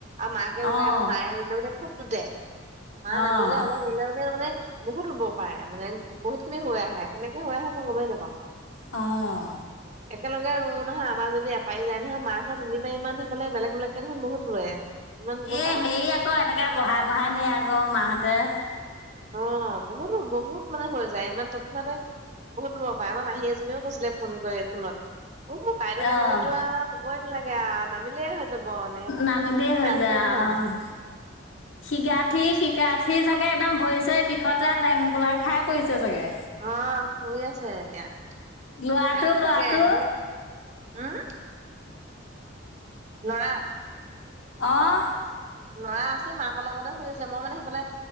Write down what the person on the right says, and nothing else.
আৰু মাকে
ৰুৱে। আমাৰ মায়ে ৰুলে মানে খুব টোতে। মা
নামালে, অলপ ৰুলে মানে অ', মানে বহুত ৰুব পাৰে। মানে, বহুত খিনি হৈ আহে। কেনেকে হৈ আহে, মই গমেই নাপাওঁ।
একেলগে ৰুওঁ নহয়। আমাৰ যদি এপাৰি যায় নহয়, মাহঁত তিনি পাৰি মান সিফালে বেলেগ বেলেগকে দেখুন বহুত ৰুৱে। ইমান ৰুব
পাই
অ', বহুতো বহুত মানে হৈ যায়। ইমান তৎক্ষণাতে। বহুত দূৰৰ পৰায়। আমাৰ মাহী এজনীও কৈছিলে, ফোন কৰি। ফোনত। উম, বাইদেউ
নামিলেতো আৰু ক'বই নালাগে আৰু। নামিলে হ'ল। <unintelligible>
ধৰনৰ।
অ', শুই আছে এতিয়া।
খাইছো
চাগে এইবোৰ। উম। লৰা।
লৰা আছে। মাকৰ লগতে শুই আছে। মই মানে সেইফালে,